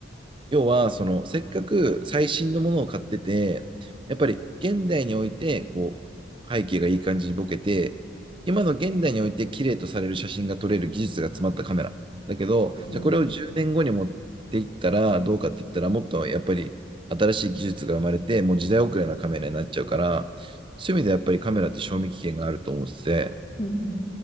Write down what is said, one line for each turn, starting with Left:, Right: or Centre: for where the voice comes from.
Right: 要は、その、せっかく最新のものを買ってて、やっぱり現代において、こう、背景がいい感じにボケて、今の現代において綺麗とされる写真が撮れる技術が詰まったカメラ。だけど、
Left: うん。
Right: じゃあこれを10年後に持っていったらどうかって言ったら、もっとやっぱり新しい技術が生まれて、もう時代遅れなカメラになっちゃうから、そういう意味でやっぱりカメラって賞味期限があると思ってて、
Left: うん